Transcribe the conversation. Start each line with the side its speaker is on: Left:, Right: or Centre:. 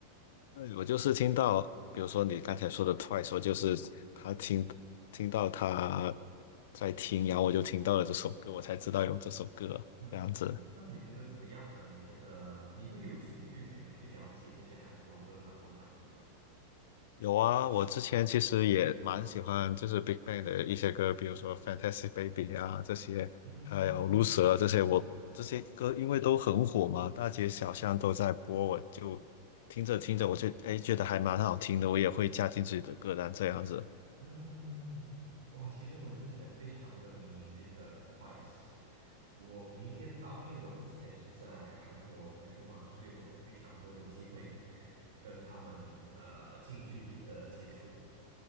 Left: 对，我就是听到，比如说你刚才说的 Twice，我就是他听听到他在听，然后我就听到了这首歌，我才知道有这首歌这样子。
Right: <laughs> 那那你觉得怎么样呢？你觉得你会有兴趣想要去了解这些韩国歌、韩国团体吗？
Left: 有啊，我之前其实也蛮喜欢，就是 Big Bang 的一些歌，比如说《Fantastic Baby》啊这些，
Right: 嗯
Left: 还有《Loser》啊这些我，这些歌因为都很火嘛，大街小巷都在播，我就听着听着，我就哎觉得还蛮好听的，我也会加进自己的歌单这样子。
Right: 嗯，哇，其实我之前非常的迷这个 Twice，我迷恋到，因为我之前是在韩国读书嘛，所以我有非常多的机会跟他们呃近距离的接触。